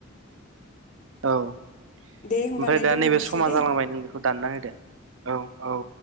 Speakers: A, on the right; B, on the left.
A: औ ओमफाय
B: दे होमबालाय
A: दा
B: दोनथ'नोसै
A: नैबे समा
B: दे
A: जालांबाय नों बेखौ दानना होदो। औ औ